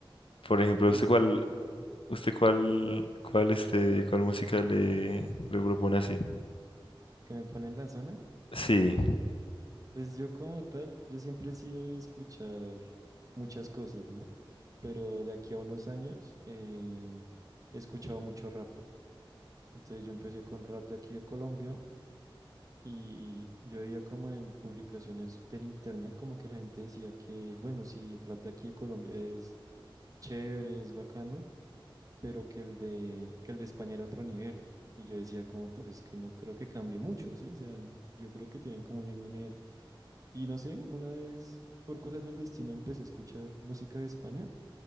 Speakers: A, on the left; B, on the right.
A: Por ejemplo,
B: ¿Y
A: ¿usted
B: usted
A: cuál,
B: ah,
A: usted cuál, cuál, este, cuál música le, le propone así?
B: que me pone en la zona?
A: Sí,
B: Pues yo como tal, yo siempre he sido de escuchar muchas cosas, ¿no? Pero de aquí a unos años eh, he escuchado mucho rap. Entonces yo empecé con rap de aquí de Colombia y yo veía como en publicaciones del internet como que la gente decía que, bueno, sí, el rap de aquí de Colombia es chévere, es bacano, pero que el de, que el de España era otro nivel. Y yo decía como, pero es que no creo que cambie mucho, ¿sí? O sea, n- yo creo que tienen como el mismo nivel. Y no sé, una vez por cosas del destino empecé a escuchar música de España